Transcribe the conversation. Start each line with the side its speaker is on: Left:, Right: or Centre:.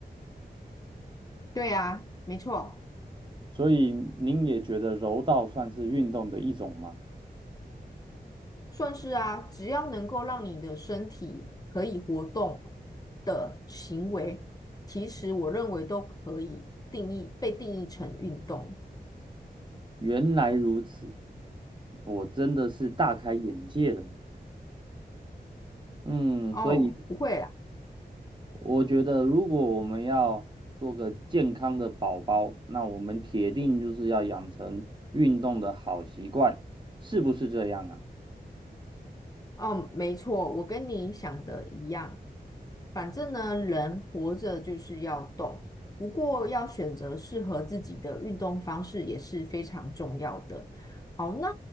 Left: 对啊，没错。
Right: 所以您也觉得柔道算是运动的一种吗？
Left: 算是啊，只要能够让你的身体可以活动的行为，其实我认为都可以定义，被定义成运动。
Right: 原来如此，我真的是大开眼界了。嗯，
Left: 哦，
Right: 所以
Left: 不会啦。
Right: 我觉得，如果我们要做个健康的宝宝，那我们铁定就是要养成运动的好习惯，是不是这样啊？
Left: 嗯，没错，我跟你想的一样。反正呢，人活着就是要动，不过要选择适合自己的运动方式也是非常重要的。好，那